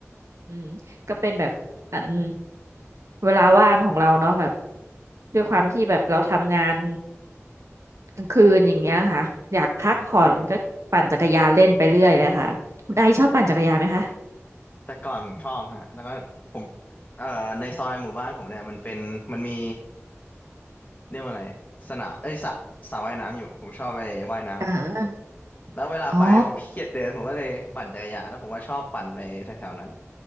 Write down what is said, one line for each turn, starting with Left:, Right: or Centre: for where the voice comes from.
Right: อืมก็เป็นแบบอันเวลาว่างของเราเนาะแบบด้วยความที่แบบเราทำงานกลางคืนอย่างเงี้ยค่ะอยากพักผ่อนก็ปั่นจักรยานเล่นไปเรื่อยเลยค่ะคุณไอซ์ชอบปั่นจักรยานไหมคะ
Left: อืมแต่ก่อนผมชอบฮะแล้วก็ผมเอ่อในซอยหมู่บ้านผมเนี่ยมันเป็นมันมีเรียกว่าอะไรสนามเอ้ยสระสระว่ายน้ำอยู่ผมชอบไปว่ายน้
Right: อ่า
Left: ำแล้วเวลาไปผมขี้เกียจเดินผมก็เลยปั่นจักรยานแล้วผมก็ชอบปั่นไปแถวๆนั้น
Right: อ๋อ